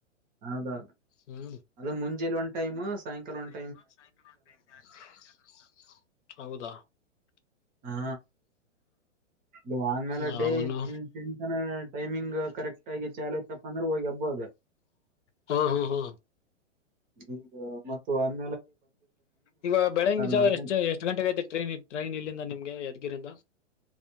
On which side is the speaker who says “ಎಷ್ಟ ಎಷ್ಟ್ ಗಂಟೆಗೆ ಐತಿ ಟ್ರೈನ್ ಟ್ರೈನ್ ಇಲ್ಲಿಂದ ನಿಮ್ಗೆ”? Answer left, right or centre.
Left